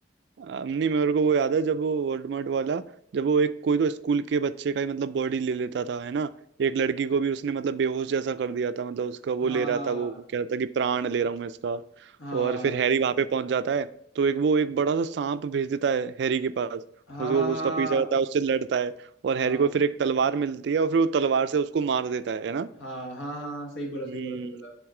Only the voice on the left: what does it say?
हाँ
हाँ
हाँ
हाँ हाँ
हाँ
हाँ हाँ हाँ हाँ सही बोला सही
बोला सही बोला